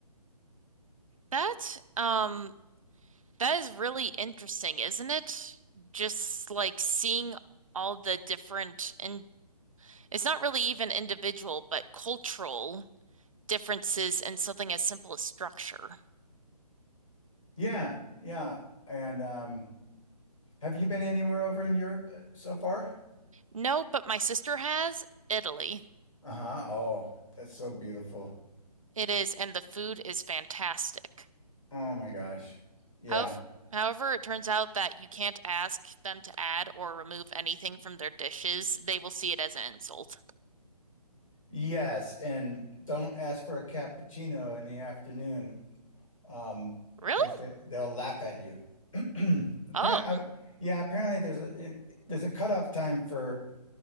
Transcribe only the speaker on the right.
That um That is really interesting, isn't it? Just like seeing all the different, and it's not really even individual, but cultural differences in something as simple as structure.
No, but my sister has Italy.
It is, and the food is fantastic.
However, however, it turns out that you can't ask them to add or remove anything from their dishes. They will see it as an insult.
Really?
Oh,